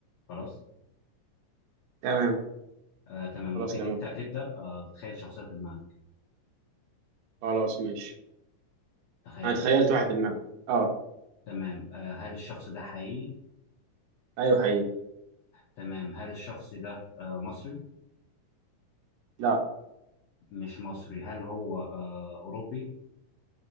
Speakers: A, on the left (about 80°); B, on the right (about 75°).
A: خلاص
B: تمام
A: آه تمام
B: خلاص
A: ممكن
B: تمام
A: أنت تبدأ آه تتخيل شخصية في دماغك
B: خلاص ماشي
A: تخيلت
B: انا تخيلت واحد في دماغي اه
A: تمام آه هل الشخص ده حقيقي
B: ايوه حقيقي
A: تمام هل الشخص ده آه مصري
B: لا
A: مش مصري هل هو آه أوروبي